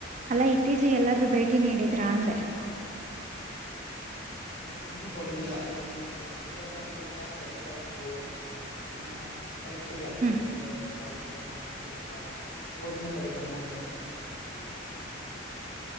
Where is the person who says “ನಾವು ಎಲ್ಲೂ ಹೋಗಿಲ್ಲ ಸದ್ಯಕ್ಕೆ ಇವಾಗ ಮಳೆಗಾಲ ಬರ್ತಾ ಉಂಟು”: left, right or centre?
Left